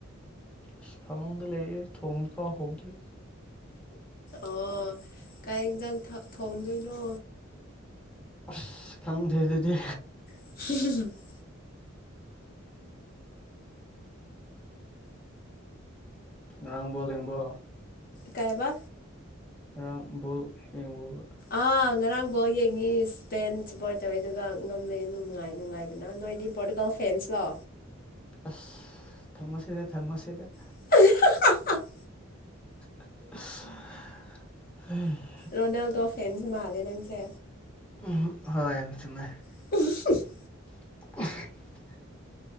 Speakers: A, in the centre; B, on the left.
A: ꯑꯁ ꯐꯃꯨꯡꯗ ꯂꯩꯔꯤꯑꯦ ꯊꯣꯡꯕ ꯐꯥꯎ ꯍꯧꯗ꯭ꯔꯤ꯫
B: ꯑꯣ ꯀꯩꯏ ꯌꯦꯟꯁꯥꯡ ꯊꯣꯡꯗꯣꯏꯅꯣ꯫
A: ꯑꯁ ꯈꯪꯗꯦ ꯑꯗꯨꯗꯤ
B: <unintelligible>
A: ꯉꯔꯥꯡ ꯕꯣꯜ ꯌꯦꯡꯕꯣ꯫
B: ꯀꯩꯑꯕꯥ
A: ꯉꯔꯥꯡ ꯕꯣꯜ ꯌꯦꯡꯕ꯭ꯔꯣꯕ꯫
B: ꯑꯥ ꯉꯔꯥꯡꯐꯥꯎ ꯌꯦꯡꯉꯤ ꯁꯄꯦꯟ ꯁꯨꯄꯣꯔꯠ ꯇꯧꯋꯦ ꯑꯗꯨꯒ ꯉꯝꯃꯦ ꯅꯨꯡ ꯅꯨꯡꯉꯥꯏ ꯅꯨꯡꯉꯥꯏꯕꯅ ꯅꯣꯏꯗꯤ ꯄꯣꯔꯇꯨꯒꯜ ꯐꯦꯟꯁ ꯂꯣ꯫
A: ꯑꯁ ꯊꯝꯃ‌ꯣꯁꯤꯗ ꯊꯝꯃ‌ꯣꯁꯤꯗ
B: <unintelligible>
A: <unintelligible>
B: ꯔꯣꯅꯥꯜꯗꯣ ꯐꯦꯟꯁ ꯃꯥꯜꯂꯦ ꯅꯪꯁꯦ꯫
A: ꯎꯝ ꯍꯣꯏ ꯆꯨꯝꯃꯦ꯫
B: <unintelligible>
A: <unintelligible>